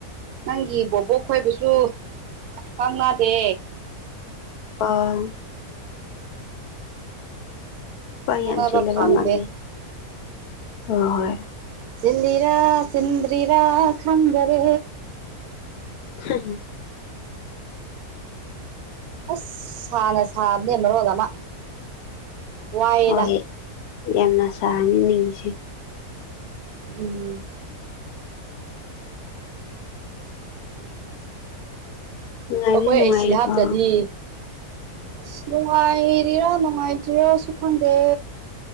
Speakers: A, on the right (about 80°); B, on the left (about 80°).
A: ꯅꯪꯒꯤ ꯕꯣꯕꯣꯛ ꯈꯣꯏꯕꯨꯁꯨ ꯐꯉꯗꯦ
B: ꯑꯥ <unintelligible> ꯋꯥꯏ
A: ꯉꯥꯡꯅꯕ
B: ꯌꯥꯝ ꯆꯤꯜꯂꯕ
A: ꯐꯪꯗꯦ
B: ꯃꯥꯜꯂꯦ ꯍꯣꯏ ꯍꯣꯏ
A: ꯆꯤꯜꯂꯤꯔꯥ ꯆꯤꯟꯗꯔꯤꯔꯥ ꯈꯪꯗ ꯔꯦ
B: ꯍꯝ <unintelligible>
A: ꯑꯁ ꯁꯥꯅ ꯁꯥꯕꯅꯦ ꯃꯔꯣꯜ ꯑꯃ ꯋꯥꯏꯑꯦꯗ
B: ꯍꯣꯏ ꯌꯥꯝꯅ ꯁꯥꯍꯅꯤꯡ ꯅꯤꯡꯉꯤꯁꯦ
A: ꯎꯝ
B: ꯅꯨꯡꯉꯥꯏꯕꯗꯤ
A: ꯑꯩꯈꯣꯏ
B: ꯅꯨꯡꯉꯥꯏꯔꯤꯕꯣ
A: ꯑꯦꯁꯤ ꯍꯥꯞꯇꯗꯤ ꯑꯁ ꯅꯨꯡꯉꯥꯏꯔꯤꯔꯥ ꯅꯨꯡꯉꯥꯏꯇ꯭ꯔꯤꯔꯥꯁꯨ ꯈꯪꯗꯦ